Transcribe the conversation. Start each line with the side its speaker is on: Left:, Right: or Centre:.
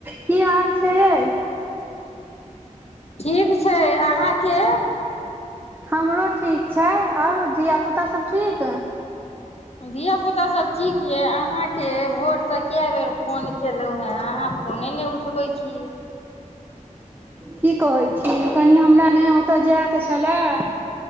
Right: की हाल से आा
Left: ठीक छै अहाँके
Right: हमरो ठीक छै और धियापुता सब ठीक
Left: धियापुता सब ठीक यऽ अहाँ के भोरसे कै बेर फोन केलौं है आहां फोने नहि उठबै छियै
Right: की कहै छी कनि हमरा ने ओतऽ जायके छलैय